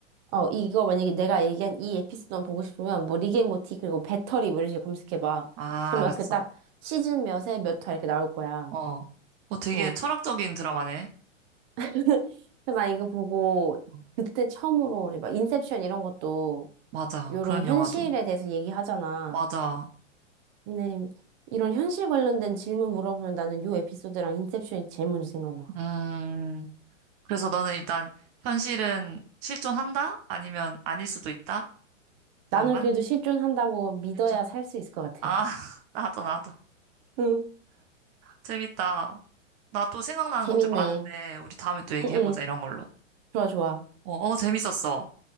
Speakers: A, on the right; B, on the right.
A: 어, 이거 만약에 내가 얘기한 이 에피소드만 보고 싶으면 뭐 릭 앤 모티 그리고 배터리 뭐 이런 식으로 검색해봐.
B: 아,
A: 그러면
B: 알았어.
A: 그 딱 시즌 몇에 몇 화 이렇게 나올 거야.
B: 어, 어, 되게
A: 어.
B: 철학적인 드라마네.
A: <laughs> 그래서 나 이거 보고
B: 어,
A: 그때 처음으로 이제 막 인셉션 이런 것도
B: 맞아.
A: 이런
B: 그런
A: 현실에
B: 영화도.
A: 대해서 얘기하잖아.
B: 맞아.
A: 근데 이런 현실 관련된 질문 물어보면 나는 요 에피소드랑 인셉션이 제일 먼저 생각나.
B: 음. 그래서 너는 일단 현실은 실존한다? 아니면 아닐 수도 있다? 반반?
A: 나는 그래도 실존한다고 믿어야
B: 실존. 한
A: 살 수 있을 것 같아.
B: 아,
A: <laughs>
B: <laughs> 나도 나도.
A: 응.
B: 재밌다. 나 또 생각나는
A: 재밌네.
B: 것들 많은데 우리 다음에 또 얘기해보자
A: 응, 응.
B: 이런 걸로.
A: 좋아, 좋아.
B: 어, 어, 재밌었어.